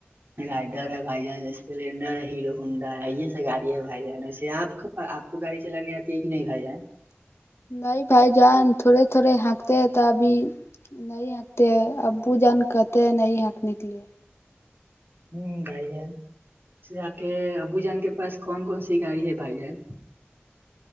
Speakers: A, on the right; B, on the left.
A: رائڈر ہے بھائی جان اسپلینڈر ہے ہیرو ہونڈا ہے یہ سب گاڑی ہے بھائی جان وے آپ کےپ کو گاڑی چلانے آتی ہے کہ نہیںاائی جائے
B: <inaudible> نہیں بھائی جان تھوڑے تھوڑے ہنکتے ہیں تو ابھی نہیں ہنکتے ہیں ابو جان کہتے ہیں نہیںاں کا نکلے
A: ہوں گائی جین آ کے ابو جان کے پاس کون کون سی گاڑی ہے بھائی جان